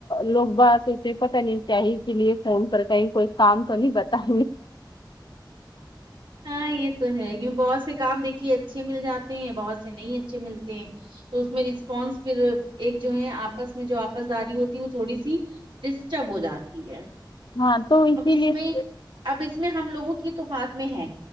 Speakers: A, on the left; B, on the right.
A: لوگ بس اس سے پتہ نہیں چاہے کے لیے تو ان پر کہیں کوئی کام تو نہیں بتا
B: ہاں یہ تو ہے کی بہت سے کام دیک اچھے مل جاتے ہیں بہت سے نہیں اچھے ملتے ہیں تو اس میں رسپانس پھر ایک جو ہے آپس میں جو آپس ج رہی ہوتی وہ تھوڑی سی ڈسٹرب ہو جاتی ہے
A: ہاں تو اسی
B: اب اس
A: لیے
B: میں اب اس میں ہم لوگوں کی تو ہاتھ میں ہے